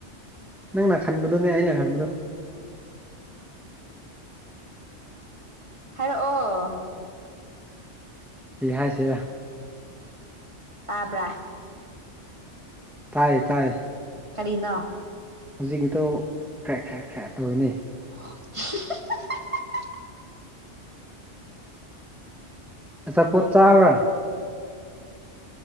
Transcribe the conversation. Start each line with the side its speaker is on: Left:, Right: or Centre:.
Centre: ꯅꯪꯅ ꯈꯟꯕꯗꯨꯣꯅꯦ ꯑꯩꯅ ꯈꯟꯕꯗꯣ
Right: ꯍꯥꯏꯔꯛꯑꯣ
Centre: ꯁꯤ ꯍꯥꯏꯁꯤꯔꯥ
Right: ꯇꯥꯕ꯭ꯔꯥ
Centre: ꯇꯥꯏꯌꯦ ꯇꯥꯏꯌꯦ
Right: ꯀꯅꯥ
Centre: ꯍꯧꯖꯤꯛꯀꯤꯗꯣ ꯈꯔꯦ ꯈꯔꯦ ꯈꯔꯦ ꯇꯧꯔꯤꯅꯦ
Right: <inaudible>
Centre: ꯑꯆꯥ ꯄꯣꯠ ꯆꯥꯕ꯭ꯔꯥ